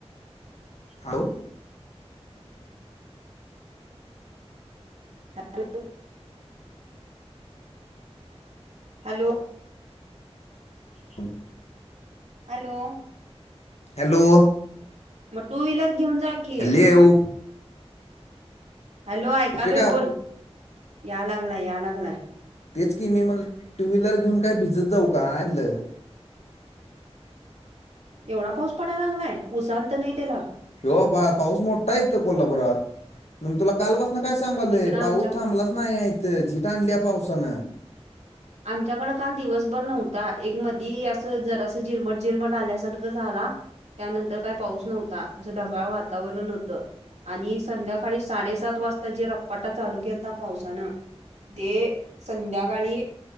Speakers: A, on the left; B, on the right.
A: Hello
B: hello. हॅलो.
A: हम् <unintelligible>
B: हॅलो.
A: हॅलो.
B: मग टू व्हीलर घेऊन जा की
A: अल् येऊ.
B: हॅलो ऐकालोय
A: येतोय का
B: बोल या लागलाय या लागलाय.
A: तेच की मी मला टू व्हीलर घेऊन काय भिजत जाऊ का आणलं.
B: एवढा पाऊस पडाला लागलाय उसानत नाही त्याला.
A: हो बा पाऊस मोठा येत कोल्हापुरात मग तुला कालपसन काय सांगालय
B: इकडं आमच्याकड
A: पाऊस थांबला नाही इथं झिट आणल्या पावसानं.
B: आमच्याकडं काल दिवसभर नव्हता एक मधी असं जरासं झिरमट झिरमट आल्यासारखं झाला. त्यानंतर काय पाऊस नव्हता असं ढगाळ वातावरण होतं. आणि संध्याकाळी साडेसात वाजता जे रप्पाटा चालू केता पावसानं. ते संध्याकाळी